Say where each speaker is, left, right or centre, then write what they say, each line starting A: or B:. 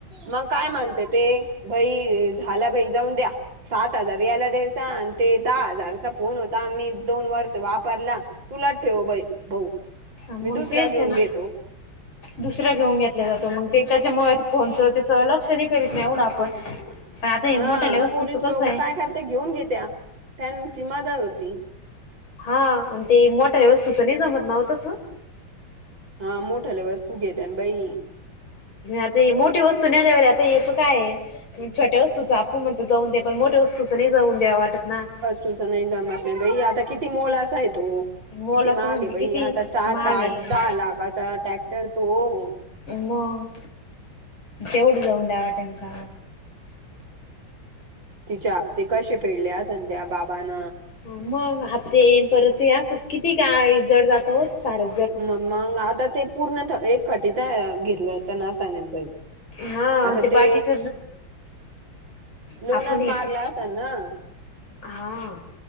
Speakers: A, on the right; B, on the left.
A: मग काय म्हणते ते बाई झाला बाई जाऊन द्या सात हजार याला. ते आण ते दहा हजारचा फोन होता आम्ही दोन वर्ष वापरल्या तुलाट ठेव बाई. बऊ
B: मग
A: मी दुसरा
B: तेच
A: घेऊन
B: ना.
A: घेतो.
B: दुसरा घेऊन घेतला जातो मग ते त्याच्यामुळे फोनच त्याच लक्षही करीत नाही एवढं आपण. पण आता हे
A: हा
B: मोठ्याल्या
A: आणि
B: वस्तूचं
A: पोलीस लोक
B: कसं आहे
A: काय करते घेऊन घेत्या त्यांची मजा होती.
B: हा आणि ते मोटऱ्या वस्तूचं नाही जमत नाव तसं.
A: हा मोठले वस्तू घेत आणि बाई.
B: आता ये मोठी वस्तू नेल्यावर आता येत काय आहे. छोट्या वास्तूचा आपू म्हण तर जाऊ दे पण मोठ्या वस्तूचं नाही जाऊन दे वाटत ना.
A: तुझ नाही जमत नाही बाई आता किती मोल असा आहे तो.
B: मोलाचं
A: किती माहागे
B: म्हणजे
A: बई
B: किती
A: आता सात
B: महाग
A: आठ
B: आहे
A: दहा लाखाचा ट्रॅक्टर तो.
B: मग तेवढ जाऊन द्यावाटेम का.
A: तिचे आप्ते कसे फेडलेन त्या बाबान.
B: अ मग हप्ते परतूया किती ग जड जातो सार.
A: मग मग आता ते पूर्ण एक खटिता घेतलंता नासान बल.
B: हा
A: आता ते
B: बाकीच
A: लोनास
B: आपण हे
A: मारलं असाल ना.
B: हा